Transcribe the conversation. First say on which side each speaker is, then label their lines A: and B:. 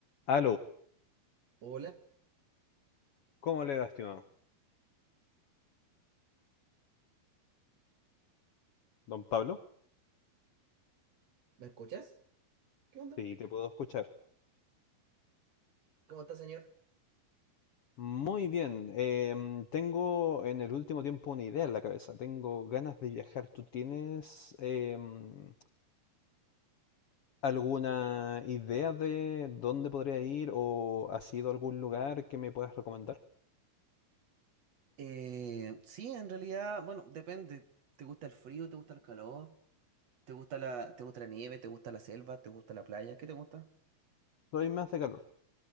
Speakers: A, on the left; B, on the right.
A: Aló,
B: Hola,
A: ¿cómo le va, estimado? Don Pablo,
B: ¿me escuchas? ¿Qué onda?
A: sí, te puedo escuchar.
B: ¿Cómo está, señor?
A: Muy bien, em, tengo en el último tiempo una idea en la cabeza, tengo ganas de viajar. ¿Tú tienes em, alguna idea de dónde podría ir o has ido a algún lugar que me puedas recomendar?
B: Eh, sí, en realidad, bueno, depende. ¿Te gusta el frío? ¿Te gusta el calor? ¿Te gusta la, te gusta la nieve? ¿Te gusta la selva? ¿Te gusta la playa? ¿Qué te gusta?
A: Soy más de calor.